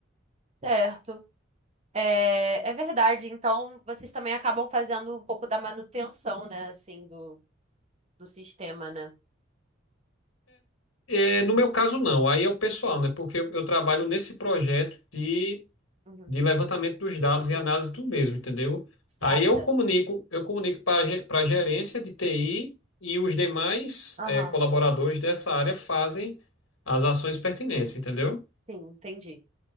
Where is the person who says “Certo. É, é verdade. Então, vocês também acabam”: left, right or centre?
Right